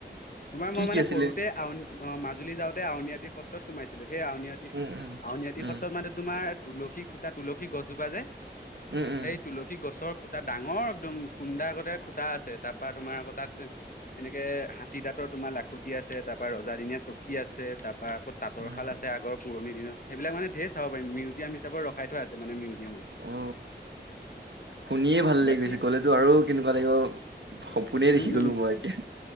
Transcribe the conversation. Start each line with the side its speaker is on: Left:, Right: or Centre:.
Left: তোমাৰ
Right: কি
Left: মই মানে
Right: কি আছিলে
Left: সৰুতে আউনী অঁ' মাজুলী যাওঁতে আউনীআতি সত্ৰত সোমাইছিলোঁ, সেই আউনী
Right: উম উম
Left: আউনীআটী
Right: উম
Left: সত্ৰত মান তোমাৰ তুলসী খুটা, তুলসী গছজোপাৰ যে
Right: উম উম
Left: সেই তুলসী গছৰ- খুটা ডাঙৰ একদম কুডা কতে খুটা আছে তাৰ পৰা তোমাৰ আকৌ তাত- এনেকে হাতী দাঁতৰ তোমাৰ লাখুটি আছে, তাৰ পৰা ৰজা দিনীয়া চকী আছে, তাৰ পৰা আক- তাঁতৰা
Right: উম
Left: শাল আছে আগৰ পুৰণ দিনত, সেইবিলাক মানে ধেই চাব পাৰিম, মিউজিয়াম হিচাপে ৰখাই- থোৱা আছে মানে মিউজিয়ামত।
Right: অ শুনিয়ে ভাল লাগি
Left: বাকী
Right: গৈছে, গ'লেতো আৰু কেনেকুৱা লাগিব- সপোনে দেখি
Left: উম
Right: গলোঁ
Left: উম
Right: মই এতিয়া